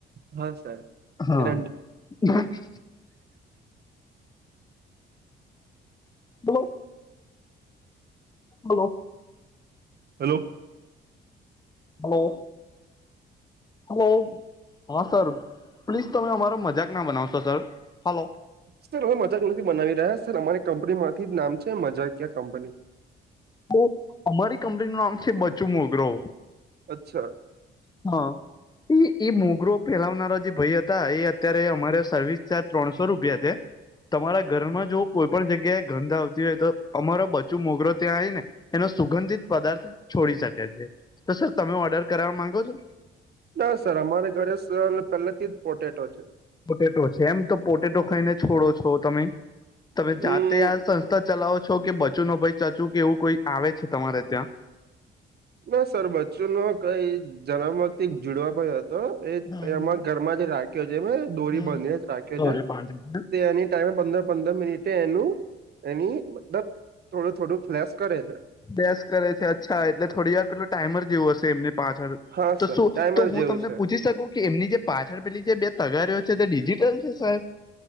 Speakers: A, on the right (about 55°); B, on the left (about 20°).
A: હા સર
B: હા
A: રંડ
B: હ બહુ બલો
A: હેલો
B: હલો હલો હા સર પ્લીઝ તમે અમારો મજાક ના બનાવશો સર હાલલો
A: સર અમે મજાક નથી બનાવી રહ્યા સર અમારી કંપની માંથી નામ છે. મજાકયા કંપની
B: તો અમારી કંપની નું નામ છે બચું મોગ્રો
A: અચ્છા
B: હા એ એ મોગ્રો ફેલાવનારા જે ભાઈ હતા એ અત્યારે અમારે સર્વિસ ચાર્જ ત્રણસો રૂપિયા છે. તમારા ઘરમાં જો કોઈ પણ જગ્યાએ ગંધ આવતી હોય, તો અમારો બચું મોગરો ત્યાં આવીને એનો સુગંધિત પદાર્થ છોડી શકે છે તો સર તમે ઓર્ડર કરવા માંગો છો.
A: ના સર અમારે ઘરે સર પહેલે થી જ પોટેટો છે.
B: પોટેટો છે, એમ તો પોટેટો ખાઈને છોડો છો તમે તમે
A: હમ
B: જાતે આ સંસ્થા ચલાવો છો કે બચો ન ભાઈ ચચું કે એવું કોઈ આવે છે, તમારે ત્યાં
A: ના સર બચ્ચુ ન કઈ જન્મ વથી જુડવા પણ હતો એ
B: હમ
A: એમાં ઘરમાં જે રાખ્યો છે. એ દોરી
B: હમ
A: બંધીને જ રાખ્યો
B: દોરે
A: છે.
B: બાંધે છે
A: તે એની ટાઈમે પંદર પંદર મિનિટે એનું એની મતલબ થોડું થોડું ફ્લેસ કરે છે.
B: અભ્યાસ કરે છે અચ્છા એટલે થોડી વાર પેલોું ટાઈમર જેવું હશે એમની પાંચ વાળ
A: હા
B: તો
A: સર
B: શું
A: ટાઈમર
B: તો હું
A: જેવું
B: તમને
A: છે
B: પૂછી શકું કે એમની જે પાછળ પેલી જે બે તગારીઓ છે, તે ડિજિટલ છે. સાહેબ